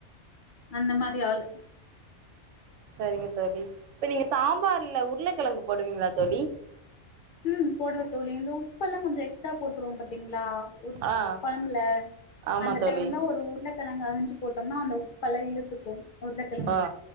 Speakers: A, on the left; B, on the right.
A: அந்த மாரி ஆளு
B: சரிங்க தோழி இப்ப நீங்க சாம்பார்ல உருளக்கெழங்கு போடுவீங்களா தோழி
A: ம் போடுவ தோழி இந்த உப்பெல்லா கொஞ்ச எக்ஸ்ட்ரா போட்ருவோப் பா திங்லா ஒரு
B: ஆ
A: கொலம்புல
B: ஆமா
A: அந்த
B: தோழி
A: டைம்ல ஒரு உருலக் உருலக்கிழங்க அரிஞ்சு போட்டோம்னா அந்த உப் ப்ல இழுத்துக்கு உருளக்கெழங்கு
B: ஆ